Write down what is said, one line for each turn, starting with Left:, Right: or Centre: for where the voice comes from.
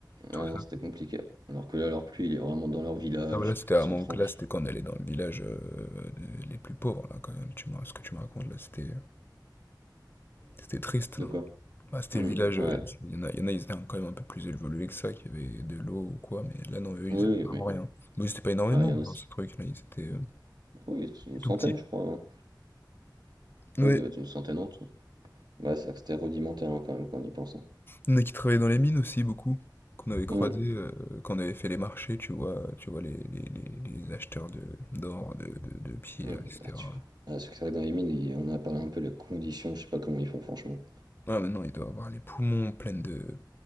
Left: tout
Right: ah non,
Left: ça.
Right: c'était compliqué. Alors que là, leur pluie, il est vraiment dans leur village,
Left: Ah bah là, c'était
Right: ils
Left: à
Right: sont
Left: mon
Right: tranquilles.
Left: là, c'était quand on allait dans le village euh, de- les plus pauvres, là, quand même. Tu me- ce que tu me racontes, là, c'était c'était triste,
Right: De
Left: là.
Right: quoi?
Left: Bah, c'était
Right: Hmm,
Left: le village,
Right: ouais.
Left: euh, il y en a, il y en a, ils étaient quand même un peu plus évolués que ça, qui avaient de l'eau ou quoi, mais là, non, eux,
Right: Oui,
Left: ils avaient
Right: oui,
Left: vraiment
Right: mais
Left: rien. Mais c'était pas énormément
Right: ouais, il y
Left: dans
Right: en a.
Left: ce truc, là, ils étaient euh,
Right: Oui, c'est une centaine,
Left: tout petits.
Right: je crois. hein.
Left: Ouais,
Right: Ouais, il devait être une centaine en tout. Ouais, c'est vrai que c'était rudimentaire hein, quand même quand on y pense. hein.
Left: il y en a qui travaillaient dans les mines aussi, beaucoup, qu'on avait croisé,
Right: Hum,
Left: quand on avait fait les marchés, tu vois, tu vois, les, les, les, les acheteurs de, d'or, de, de, de pierres,
Right: hum,
Left: etc.
Right: bah, tu vois. Ah, parce que c'est vrai que dans les mines, il- on a parlé un peu des conditions, je sais pas comment ils font franchement.
Left: Ah, mais non, il doit avoir les poumons pleins de,